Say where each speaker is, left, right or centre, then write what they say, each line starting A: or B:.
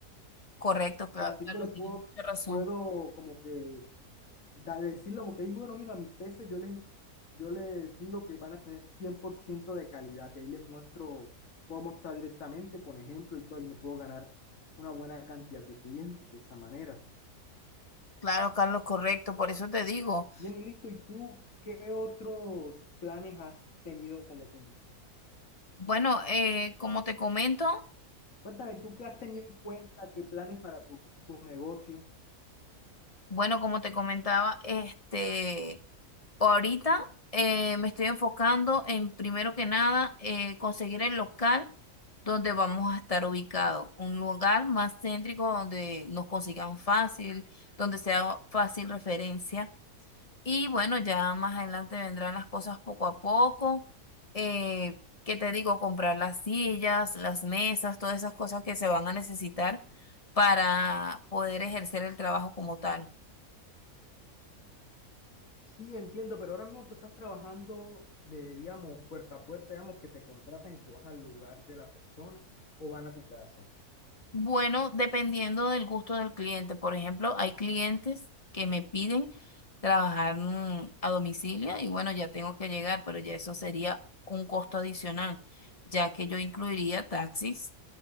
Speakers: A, on the left; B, on the left.
A: Correcto,
B: ya
A: cla-
B: sí
A: Carlos,
B: que le puedo,
A: tienes mucha razón.
B: puedo como que da- decirle como que, "Ay, bueno, mira, mis peces yo les, yo les digo que van a tener 100% de calidad, de ahí les muestro, puedo mostrar directamente con ejemplo y todo, y me puedo ganar una buena cantidad de clientes de esa manera.
A: Claro, Carlos, correcto, por eso te digo.
B: Bien y listo, ¿y tú qué otros planes has tenido como que,
A: Bueno, eh, como te comento,
B: cuéntame tú qué has tenido en cuenta, qué planes para tu, tu negocio?
A: Bueno, como te comentaba, este, ahorita eh, me estoy enfocando en, primero que nada, eh, conseguir el local donde vamos a estar ubicados. Un lugar más céntrico donde nos consigan fácil, donde sea fácil referencia. Y bueno, ya más adelante vendrán las cosas poco a poco. Eh, ¿qué te digo? Comprar las sillas, las mesas, todas esas cosas que se van a necesitar para poder ejercer el trabajo como tal.
B: Sí, entiendo, pero ahora mismo tú estás trabajando de, digamos, puerta a puerta, digamos, que te contratan y tú vas al lugar de la persona o van a tu casa.
A: Bueno, dependiendo del gusto del cliente. Por ejemplo, hay clientes que me piden trabajar mm, a domicilio y bueno, ya tengo que llegar, pero ya eso sería un costo adicional, ya que yo incluiría taxis